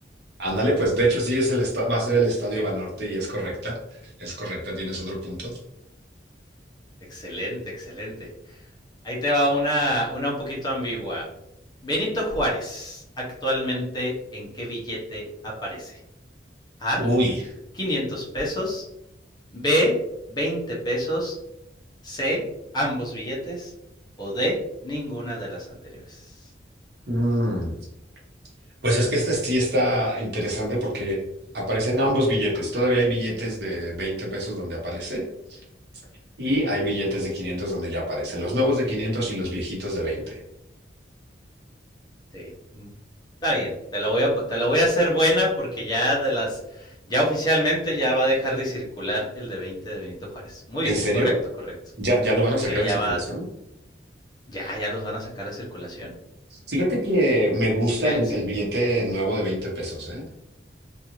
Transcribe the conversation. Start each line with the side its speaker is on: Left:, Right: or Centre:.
Right: Ándale, pues de hecho sí es el esta- va a ser el Estadio
Left: Je,
Right: Banorte y es correcta. Es correcta, tienes otro punto.
Left: Excelente, excelente. Ahí te va una, una un poquito ambigua. Benito Juárez, actualmente, ¿en qué billete aparece? A,
Right: Uy,
Left: 500 pesos, B, 20 pesos. C, ambos billetes. O D, ninguna de las anteriores.
Right: mm, pues es que esta sí está interesante porque aparecen ambos billetes. Todavía hay billetes de 20 pesos donde aparece Y hay billetes de 500 donde ya aparecen los nuevos de 500 y los viejitos de 20.
Left: Sí. mm, Está bien. Te la voy a, te la voy a hacer buena porque ya de las. Ya oficialmente ya va a dejar de circular el de 20 de Benito Juárez. Muy
Right: ¿En
Left: bien,
Right: serio?
Left: correcto, correcto.
Right: ¿Ya, ya lo van a
Left: Sí,
Right: sacar en
Left: ya
Right: circulación?
Left: va. Ya, ya los van a sacar de circulación.
Right: Fíjate que me gusta
Left: Así que,
Right: el,
Left: sí.
Right: el billete nuevo de 20 pesos, ¿eh?